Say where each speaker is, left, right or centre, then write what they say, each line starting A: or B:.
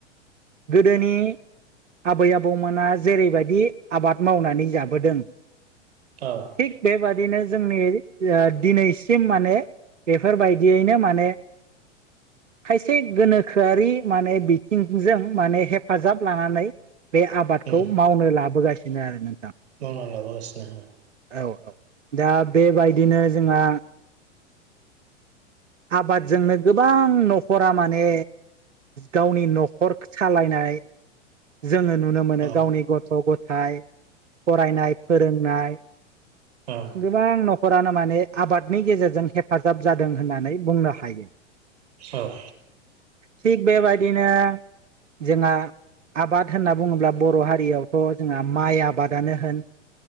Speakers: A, on the right; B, on the right.
A: गोदोनि आबै आबौमोना जेरैबायदि आबाद मावनानै जाबाय बोदों
B: औ
A: थिग बेबादिनो जोंनि ओ दिनैसिम माने बेफोरबायदियैनो माने खायसे गोनोखोयारि माने बिथिंजों माने हेफाजाब लानानै बे आबादखौ
B: उम
A: मावनो लाबोगासिनो आरो नोंथां
B: मावना लाबोगासिनो औ
A: औ औ दा बेबायदिनो जोंहा आबादजोंनो गोबां न'खरा माने गावनि न'खर सालायनाय जोङो नुनो मोनो
B: औ
A: गावनि गथ' गथायाइ फरायनाय फोरोंनाय
B: औ
A: गोबां न'खरानो माने आबादनि गेजेरजों हेफाजाब जादों होननानै बुंनो हायो
B: औ
A: थिग बेबायदिनो जोंना आबाद होनना बुङोब्ला बर' हारियावथ' जोंहा माइ आबादानो होन